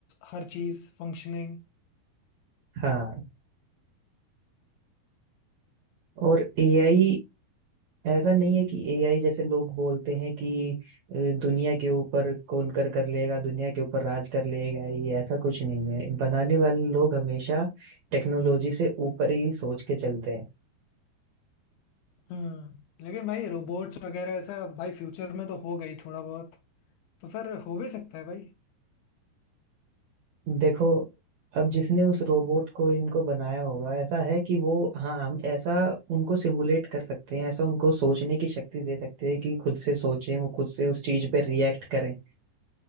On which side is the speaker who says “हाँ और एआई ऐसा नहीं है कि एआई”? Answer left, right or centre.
Right